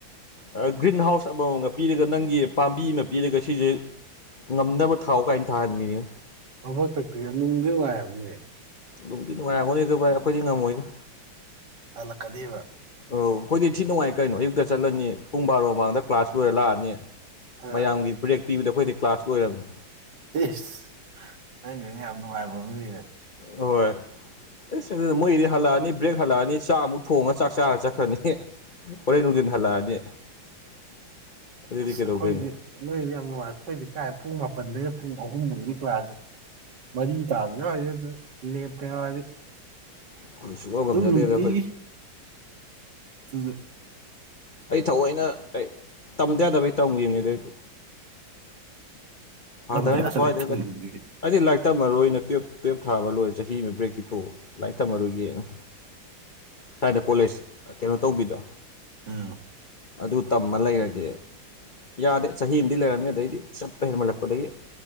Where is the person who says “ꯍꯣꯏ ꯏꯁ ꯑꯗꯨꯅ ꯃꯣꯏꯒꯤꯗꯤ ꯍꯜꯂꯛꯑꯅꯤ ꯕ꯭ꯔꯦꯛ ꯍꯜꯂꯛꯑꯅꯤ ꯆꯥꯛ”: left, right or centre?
Left